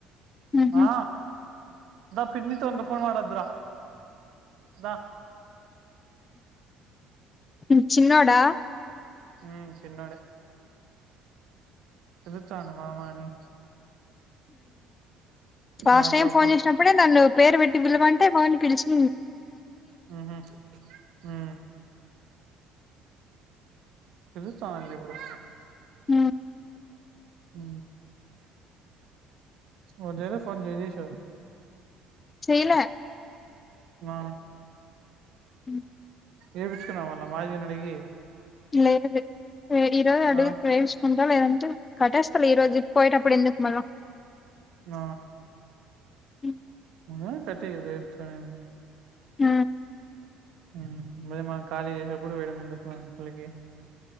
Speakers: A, on the left; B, on the right.
A: ఉహు
B: ఆా దా పిడ్నీ తగ ఫోన్ మద్రా దా
A: హ చిన్నోడా
B: హ చిన్నడ తర్చను మామాని
A: ఫలాస్ట్
B: మాట్లాడుతాం
A: టైం ఫోన్ చేసినప్పుడే నన్ను పేరు పెట్టి పిలవంటే బాని పిలిచి
B: ఆహా ఆ ఇ చలే ప
A: ఉమ్
B: హ వర ఫోన్ జయరిస
A: చేలే
B: ఆ
A: హ
B: చేయిచ్చుకున్నాం వళ్ళ మాగని అడిగి
A: లే లే ఇరో అడుగు
B: ఆ
A: ఉంటాల ఏదంట కట్టేస్త ఈ రజు పోయి అడు ఎందుకు మన
B: ఆ
A: మ్
B: అ కట్టపోయి ఉపయోగించుకొని ఎ
A: మ్
B: మ్ మేమ ఖాళీ చేసేనప్పుడు వేయడం ఎందుకు <unintelligible>